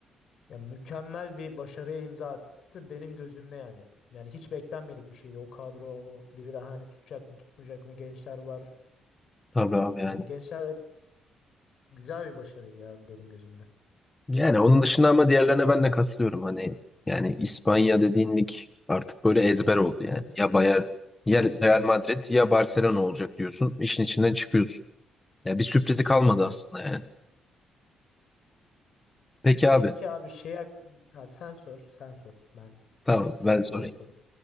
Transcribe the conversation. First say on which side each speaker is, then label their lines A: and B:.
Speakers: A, on the left (about 65°); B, on the left (about 20°).
A: Ya mükemmel bir başarıya imza attı benim gözümde yani. Yani hiç beklenmedik bir şeydi o kadro o biri daha hani tutacak mı tutmayacak mı gençler var.
B: Tabii abi
A: Yani
B: yani
A: gençlerle güzel bir başarıydı yani benim gözümde.
B: Yani onun dışında ama diğerlerine ben de katılıyorum. Hani yani İspanya dediğin lig artık böyle ezber oldu yani.
A: Evet.
B: Ya Bayern, ya
A: Ezber
B: Real
A: aynı.
B: Madrid ya Barcelona olacak diyorsun. İşin içinden çıkıyorsun. Ya bir sürprizi kalmadı
A: Evet.
B: aslında yani. Peki abi
A: Peki abi şey hakkın- ha, sen sor sen sor ben
B: tamam
A: saklıyorum
B: ben sorayım.
A: sorumu.